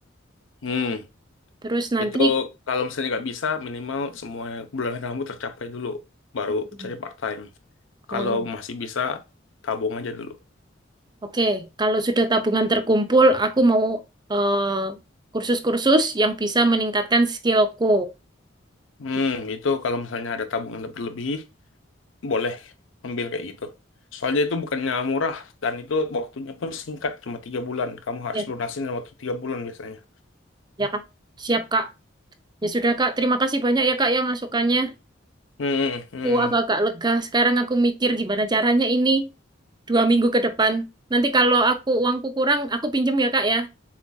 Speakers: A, on the left (about 80°); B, on the right (about 20°).
A: Hmm,
B: Terus nanti,
A: itu kalau misalnya nggak bisa, minimal semua bulanan kamu tercapai dulu, baru
B: Hmm.
A: cari part time. Kalau
B: oh ya,
A: masih bisa, tabung aja dulu.
B: oke. Kalau sudah tabungan terkumpul, aku mau eh, kursus-kursus yang bisa meningkatkan skillku.
A: Hmm,
B: Gitu.
A: itu kalau misalnya ada tabungan lebih-lebih, boleh ambil kayak gitu. Soalnya itu bukannya murah, dan itu waktunya pun singkat, cuma tiga bulan. Kamu harus
B: Ya,
A: lunasin dalam waktu tiga bulan biasanya.
B: ya Kak. Siap Kak. Ya sudah Kak, terima kasih banyak ya Kak ya masukannya.
A: Hmm, hmm.
B: Aku agak-agak lega. Sekarang aku mikir gimana caranya ini dua minggu ke depan. Nanti kalau aku uangku kurang, aku pinjem ya Kak ya.